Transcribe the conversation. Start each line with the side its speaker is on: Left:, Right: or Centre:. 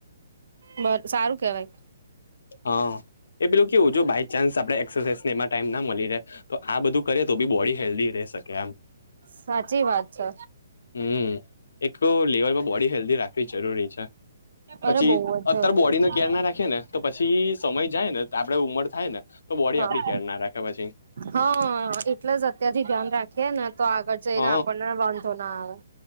Right: બ સારું કેવાય
Left: હા એ પેલું કેવું જો બાય ચાન્સ આપડે એક્સરસાઝ ને એમાં ટાઈમના મલી રે તો આ બધું કરે તો બી બોડી હેલ્ધી રહી શકે એમ
Right: સાચી વાત છે.
Left: હમ એકકો લેવર બોડી હેલ્દી રાખવી જરૂરી છે.
Right: અરે
Left: પછી
Right: બહુ જ જરૂરી
Left: અત્યારે બોડીને
Right: છે
Left: કેર ના રાખયે ને તો પછી સમય જાય ને આપડે ઉમર થાય ને તો બોડી
Right: હા
Left: આપડી કેર ના રાખે પછી
Right: હા એટલે જ અત્યારથી ધ્યાન રાખીએ ને તો આગળ જઈને
Left: હ
Right: આપણને વાંધો ના આવે